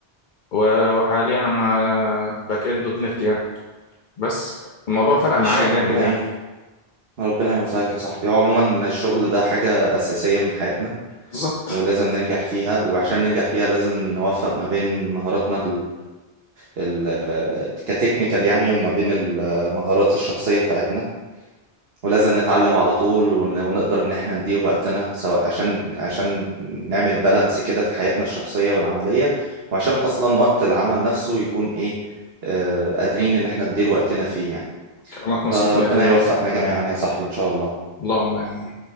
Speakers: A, on the left; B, on the right.
A: و- وحاليا انا باك اند دوت نت يعني. بس الموضوع فرق
B: ماشي
A: معايا
B: ربنا
A: جامد يعني
B: ايه ربنا يوفقك يا صاحبي هو عموما إن الشغل ده حاجة أساسية من حياتنا
A: بالظبط
B: ولازم ننجح فيها وعشان ننجح فيها لازم نوفق ما بين مهاراتنا ال- كتكنيكال يعني وما بين المهارات الشخصية بتاعتنا ولازم نتعلم على طول ون- ونقدر ان احنا ندير وقتنا سواء عشان عشان نعمل بالانس كده في حياتنا الشخصية والعملية وعشان اصلا وقت العمل نفسه يكون ايه آه، قادرين ان احنا ندير وقتنا فيه يعني
A: كلامك
B: فربنا
A: مظبوط 100%
B: يوفقنا جميعا يا صاحبي ان شاء الله
A: اللهم يعني